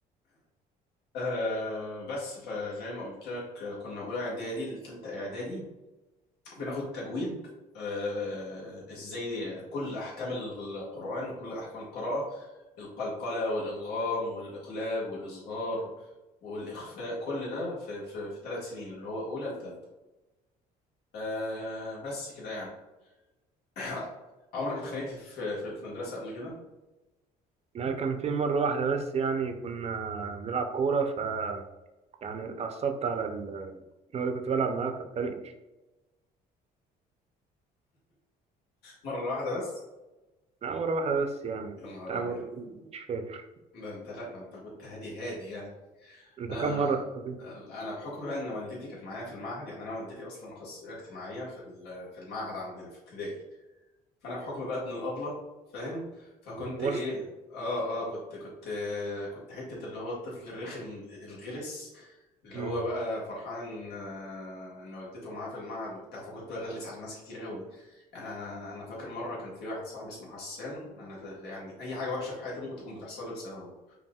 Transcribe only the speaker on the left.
آه بس فزي ما قلت لك آه، كنا من اولى اعدادي لثالثه اعدادي بناخد تجويد آه، ازاي كل احكام القرآن وكل احكام القراءة القلقلة والادغام والاقلاب والاظهار والاخفاء كل ده في في في ثلاث سنين اللي هو اولى لثالثة آه بس كده يعني <coughs> <laughs> عمرك اتخانقت في في في المدرسة قبل كده
مرة واحدة بس
يا نهار
ابيض
ده انت لا ده انت كنت هادي هادي يعني
لا
انا
انا بحكم بقى ان والدتي كانت معايا في المعهد يعني انا والدتي اصلا اخصائيه اجتماعيه في ال- في المعهد عندنا في ابتدائي فانا بحكم بقى ابن الابله فاهم فكنت
ايه اه اه كنت كنت كنت حته اللي هو الطفل الرخم الغلس اللي
هو بقى فرحان آه، ان والدته معاه في المعهد وبتاع فكنت بغلس على ناس كتير قوي يعني انا انا فاكر مره كان في واحد صاحبي اسمه حسان انا ت- يعني اي حاجه وحشه في حياتي ممكن تكون بتحصل لي بسببه